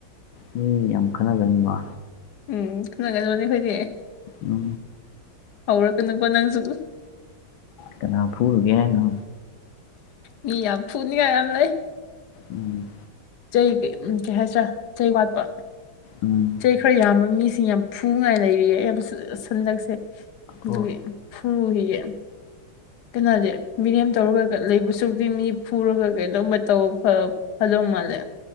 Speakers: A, on the left; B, on the left.
A: ꯍ ꯌꯥꯝ ꯈꯟꯅꯒꯅꯤꯕ
B: ꯎꯝ ꯈꯅꯒꯗꯕꯅꯦ ꯑꯩꯈꯣꯏꯗꯤ
A: ꯎ
B: ꯍꯧꯔ ꯀ ꯅꯪꯒꯣꯟ ꯅꯪꯁꯨ
A: ꯀꯅꯥ ꯐꯨꯒꯦ ꯍꯥꯏꯅꯣ
B: ꯃꯤ ꯌꯥꯝ ꯐꯨꯅꯤꯉꯥꯏ ꯌꯥꯝ ꯂꯩ
A: ꯎꯝ
B: ꯆꯩ ꯎ ꯀꯩ ꯍꯥꯏꯁꯤꯔꯥ ꯆꯩ ꯋꯥꯠꯄ
A: ꯎꯝ
B: ꯆꯩ ꯈꯔ ꯌꯥꯝꯕ ꯃꯤꯁꯤꯡ ꯌꯥꯝ ꯐꯨꯉꯥꯏ ꯂꯩꯔꯤꯌꯦ ꯌꯥꯝ ꯁꯟꯗꯛꯁꯦ ꯑꯗꯨꯒꯤ
A: ꯑꯣ
B: ꯐꯨꯔꯨꯈꯤꯌꯦ ꯀꯅꯥꯗꯤꯦ ꯃꯤꯔꯦꯝ ꯇꯧꯔꯒ ꯂꯩꯕꯁꯨꯗꯤ ꯃꯤ ꯐꯨꯔꯒ ꯀꯩꯅꯣꯃ ꯇꯧ ꯍꯜꯂꯣ ꯃꯥꯂꯦ